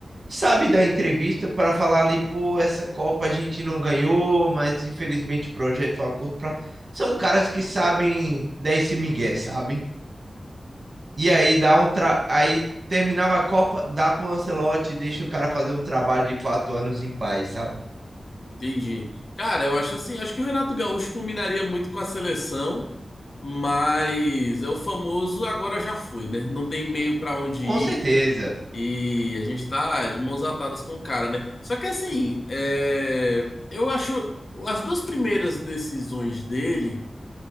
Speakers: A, on the right; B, on the left.
A: Sabe dar entrevista para falar ali, pô, essa Copa a gente não ganhou, mas infelizmente o projeto foi a curto prazo. São caras que sabem dar esse migué, sabe? E aí dá um tra... aí terminava a Copa, dá pro Ancelotti, deixa o cara fazer um trabalho de quatro anos em paz, sabe?
B: Entendi. Cara, eu acho assim, acho que o Renato Gaúcho combinaria muito com a seleção, mas é o famoso agora já foi, né? Não tem meio para onde
A: Com
B: ir
A: certeza.
B: e a gente tá de mãos atadas com o cara, né? Só que assim, é, eu acho as duas primeiras decisões dele